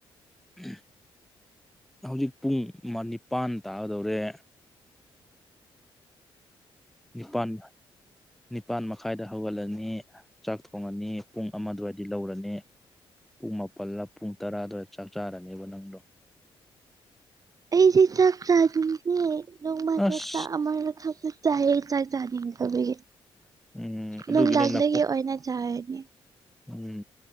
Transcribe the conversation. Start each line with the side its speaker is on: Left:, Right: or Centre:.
Centre: ꯎꯝ ꯍꯧꯖꯤꯛ ꯄꯨꯡ ꯃꯥ ꯅꯤꯄꯥꯟ ꯇꯥꯒꯗꯧꯔꯦ ꯅꯤꯄꯥꯟ ꯅꯤꯄꯥꯟ ꯃꯈꯥꯏꯗ ꯍꯧꯒꯠꯂꯅꯤ ꯆꯥꯛ ꯊꯣꯡꯉꯅꯤ ꯄꯨꯡ ꯑꯃ ꯑꯗꯨꯋꯥꯏꯗꯤ ꯂꯧꯔꯅꯤ ꯄꯨꯡ ꯃꯥꯄꯜꯂꯥ ꯄꯨꯡ ꯇꯔꯥꯗꯨꯋꯥꯢ ꯆꯥꯛ ꯆꯥꯔꯅꯦꯕ ꯅꯪꯗꯣ
Right: ꯑꯩꯗꯤ ꯆꯥꯛ ꯆꯥꯅꯤꯡꯉꯦ ꯅꯣꯡꯃꯗ
Centre: ꯑꯁ
Right: ꯆꯥꯛ ꯑꯃꯨꯔꯛ ꯈꯛꯅꯦ ꯆꯥꯏꯌꯦ ꯆꯥꯛ ꯆꯥꯅꯤꯡꯗꯕꯒꯤ
Centre: ꯎꯝ ꯑꯗꯨꯒꯤꯅꯦ
Right: ꯅꯨꯡꯗꯥꯡꯗꯒꯤ
Centre: ꯅꯈꯣ
Right: ꯑꯣꯏꯅ ꯆꯥꯔꯅꯤ
Centre: ꯎꯝ